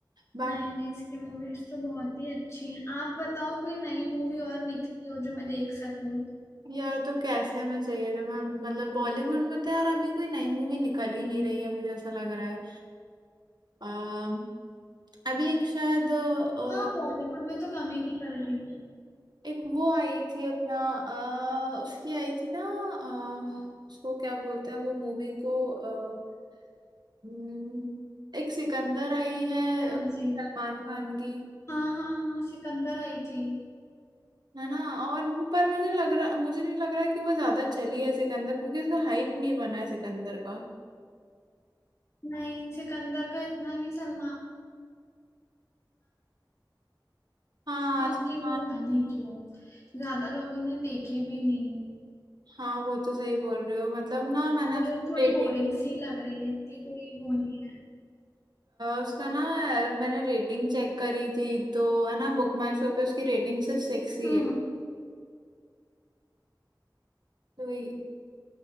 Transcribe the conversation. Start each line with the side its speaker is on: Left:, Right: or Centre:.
Right: बाकी
Left: नई नई इसकी मूवीज तो बहुत ही अच्छी हैं आप बताओ कोई नई मूवी और निकली हो जो मैं देख सकूं
Right: यार तो कैसे में चाहिए तो मैं मतलब बॉलीवुड में तो यार अभी कोई नई मूवी निकल ही नहीं रही है मुझे ऐसा लग रहा है अम, अभी एक शायद अ,
Left: हाँ बॉलीवुड में तो कम ही निकल रही है
Right: एक वो आई थी अपना अ, उसकी आई थी ना अ, उसको क्या बोलते हैं वो मूवी को अ, हम्म, एक सिकंदर आई है
Left: कौन
Right: सलमान
Left: सी
Right: खान की
Left: हाँ हाँ हाँ सिकंदर आई थी
Right: है ना और वो- पर मुझे लग रहा मुझे नहीं लग रहा कि वो ज्यादा चली है सिकंदर क्योंकि उसका हाइप नहीं बना है सिकंदर का
Left: नहीं सिकंदर का इतना नहीं सलमान
Right: हाँ
Left: खान की मूवी
Right: हाँ
Left: नहीं क्यों ज्यादा लोगों ने देखी भी नहीं है।
Right: हाँ वो तो सही बोल रहे हो मतलब ना मैंने
Left: और मुझे
Right: उसका
Left: भी थोड़ी
Right: रेटिंग
Left: बोरिंग सी लग रही है इतनी कोई वो नहीं है
Right: उसका ना मैंने रेटिंग चेक करी थी तो है ना बुक माई शो पे उसकी रेटिंग सिर्फ सिक्स ही
Left: हम्म
Right: है तो ये-